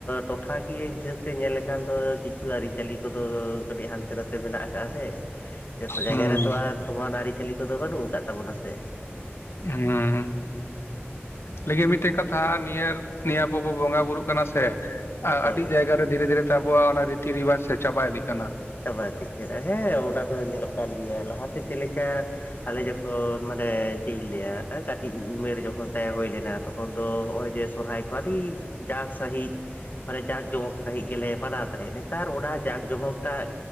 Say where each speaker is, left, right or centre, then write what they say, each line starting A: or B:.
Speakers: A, on the left (about 45°); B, on the left (about 70°).
A: ᱴᱚᱴᱷᱟ ᱠᱤᱭᱟᱹ ᱦᱤᱥᱟᱹᱵ ᱛᱮ ᱧᱮᱞ ᱞᱮᱠᱷᱟᱱ ᱫᱚ ᱠᱤᱪᱷᱩ ᱟᱹᱨᱤᱪᱟᱹᱞᱤ ᱠᱚᱫᱚ ᱠᱟᱹᱴᱤᱡ ᱦᱟᱱᱛᱮ ᱱᱟᱛᱮᱼᱼ ᱛᱮ ᱢᱮᱱᱟᱜ ᱟᱠᱟᱜ-ᱟ ᱥᱮ ᱡᱚᱛᱚ ᱡᱟᱭᱜᱟ
B: ᱦᱩᱸ
A: ᱨᱮᱛᱚ ᱟᱨ ᱥᱚᱢᱟᱱ ᱟᱹᱨᱤᱪᱟᱹᱞᱤ ᱠᱚᱫᱚ ᱵᱟᱹᱱᱩᱜ ᱠᱟᱜ ᱛᱟᱵᱚᱱᱟ ᱥᱮ
B: ᱦᱮᱸ ᱞᱤᱜᱤᱱ ᱢᱤᱫᱴᱮᱱ ᱠᱟᱛᱷᱟ ᱱᱤᱭᱟᱹ ᱱᱤᱭᱟᱹ ᱟᱵᱚ ᱵᱚ ᱵᱚᱸᱜᱟ ᱵᱩᱨᱩᱜ ᱠᱟᱱᱟ ᱥᱮ
A: ᱦᱳᱭ
B: ᱟᱹᱰᱤ ᱡᱟᱭᱜᱟ ᱨᱮ ᱫᱷᱤᱨᱮ ᱫᱷᱤᱨᱮ ᱛᱮ ᱟᱵᱚᱣᱟᱜ ᱚᱱᱟ ᱨᱤᱛᱤ ᱨᱮᱤᱣᱟᱡᱽ ᱥᱮ ᱪᱟᱵᱟ ᱤᱫᱤᱜ ᱠᱟᱱᱟ
A: ᱪᱟᱵᱟ ᱤᱫᱤᱜ ᱠᱟᱱᱟ ᱦᱮᱸ ᱚᱱᱟ ᱫᱚ ᱧᱮᱞᱚᱜ ᱠᱟᱱ ᱜᱮᱭᱟ ᱞᱟᱦᱟᱛᱮ ᱪᱮᱫ ᱞᱮᱠᱟ ᱟᱞᱮ ᱡᱚᱠᱷᱚᱱ ᱢᱟᱱᱮ ᱪᱮᱫ ᱤᱧ ᱞᱟᱹᱭᱟ ᱠᱟᱹᱴᱤᱡ ᱩᱢᱮᱨ ᱡᱚᱠᱷᱚᱱ ᱛᱟᱦᱮᱸ ᱦᱩᱭ ᱞᱮᱱᱟ ᱛᱚᱠᱷᱚᱱ ᱫᱚ ᱦᱚᱜᱼᱚᱭ ᱡᱮ ᱥᱚᱨᱦᱟᱭ ᱠᱚ ᱟᱹᱰᱤ ᱡᱟᱠ ᱥᱟᱺᱦᱤᱡ ᱢᱟᱱᱮ ᱡᱟᱸᱠ ᱡᱚᱢᱚᱠ ᱥᱟᱹᱦᱤᱡ ᱜᱮᱞᱮ ᱢᱟᱱᱟᱣ ᱛᱟᱦᱮᱸᱫ ᱱᱮᱛᱟᱨ ᱚᱱᱟ ᱡᱟᱸᱠ ᱡᱚᱢᱚᱠ ᱴᱟᱜ